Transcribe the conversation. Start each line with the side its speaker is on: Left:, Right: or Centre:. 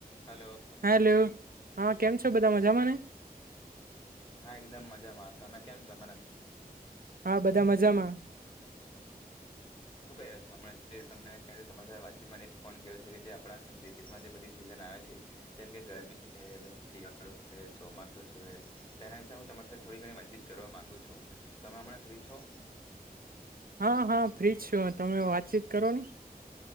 Left: Hello.
Right: હા હે હા કેમ છો બધા મજામાંને
Left: હા એકદમ મજામાં તમે કેમ છો.
Right: હા બધા મજામા
Left: શું ક છો હમણાં જે તમને તમારી વાતચીત માટે ફોન કર્યો છે, કે જે આપણા દેશમાં જે બધી સિઝન આવે છે. જેમ કે ગરમી છે પછી શિયાળો છે ચોમાસું છે. તે એના વિશે હું તમારી સાથે થોડી ઘણી વાતચીત કરવા માંગુ છુ, તમે હમં ફ્રી છો.
Right: હા હા ફ્રીજ છો તમે વાતચીત કરોને